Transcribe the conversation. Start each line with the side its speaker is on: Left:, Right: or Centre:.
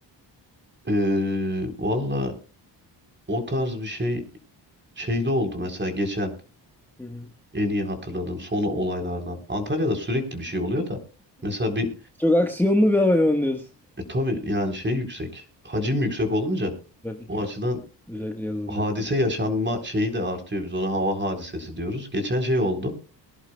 Right: Ee, Valla O tarz bir şey şeyde oldu mesela geçen
Centre: Hı hı.
Right: en iyi hatırladığım son olaylardan. Antalya'da sürekli bir şey oluyor da. Mesela bir
Centre: Çok aksiyonlu bir havalimanı diyorsun.
Right: e, tabii yani şey yüksek. Hacim yüksek olunca
Centre: Trafik
Right: o
Centre: yüksek.
Right: açıdan
Centre: Özellikle yazın
Right: hadise
Centre: dedi.
Right: yaşanma şeyi de artıyor. Biz ona hava hadisesi diyoruz. Geçen şey oldu.